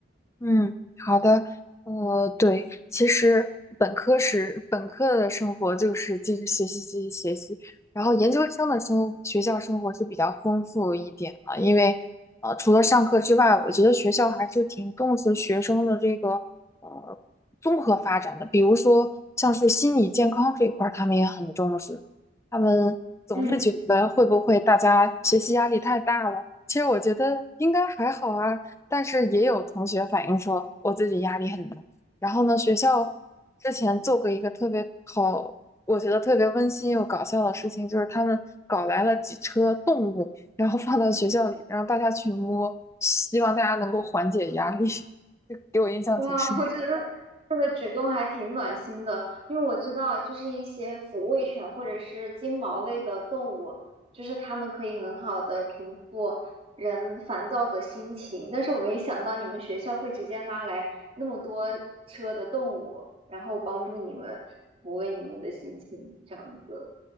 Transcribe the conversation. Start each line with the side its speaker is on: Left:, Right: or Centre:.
Left: 嗯，好的，呃，对，其实本科是本科的生活就是继续学习，继续学习，然后研究生的生学校生活是比较丰富一点的，因为呃，除了上课之外，我觉得学校还是挺重视学生的这个呃综合发展的，比如说像是心理健康这一块儿，他们也很重视，他们总是觉得会不会大家学习压力太大了。
Right: 嗯，
Left: 其实我觉得应该还好啊，但是也有同学反映说我自己压力很大。然后呢，学校之前做过一个特别好，我觉得特别温馨又搞笑的事情，就是他们搞来了几车动物，然后放到学校里，让大家去摸，希望大家能够缓解压力。<laughs> 就给我印象挺深。
Right: 哇，我觉得举动还挺暖心的，因为我知道，就是一些抚慰犬或者是金毛类的动物，就是它们可以很好的平复人烦躁的心情。但是我没想到你们学校会直接拉来那么多车的动物，然后帮助你们抚慰你们的心情，这样子。